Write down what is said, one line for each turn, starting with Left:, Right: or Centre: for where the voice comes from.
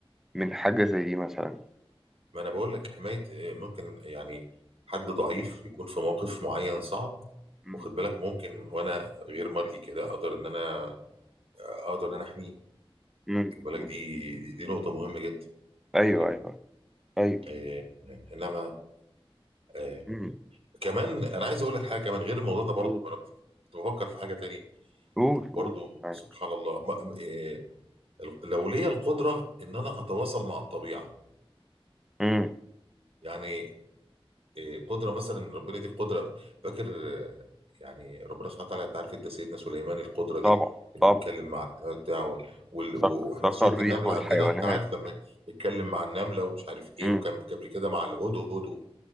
Centre: من حاجة زي دي مثلا
Right: ما انا بقول لك حمايه آه، ممكن يعني حد ضعيف يكون في موقف معين صعب
Centre: امم
Right: واخد بالك ممكن وانا غير مرئي كده اقدر ان انا آه، اقدر ان انا احميه
Centre: امم
Right: واخد بالك
Centre: امم
Right: دي دي دي نقطه مهمه جدا
Centre: ايوه
Right: واخد بالك
Centre: ايوه ايوه
Right: آه، انما آه،
Centre: امم
Right: كمان انا عايز اقول لك حاجه كمان غير الموضوع ده برضه
Centre: قول
Right: انا كنت بفكر في حاجه تانية
Centre: قول
Right: برضو
Centre: قول أيوة.
Right: سبحان الله ما إيه لو ليا القدرة إن أنا أتواصل مع الطبيعة
Centre: امم
Right: يعني إيه قدرة مثلا ربنا دي قدرة فاكر آه، يعني ربنا سبحانه وتعالى أنت عارف أنت سيدنا سليمان القدرة دي
Centre: طبعا
Right: إنه
Centre: طبعا
Right: يتكلم مع النمل بتاعه وال-
Centre: صخ
Right: و- وإحنا
Centre: صخر
Right: في سورة
Centre: الريح
Right: النملة
Centre: والحيوانات
Right: عندنا أنت عارف لما يتكلم مع النملة ومش عارف إيه
Centre: مم.
Right: وكان قبل كده مع الهدهد و-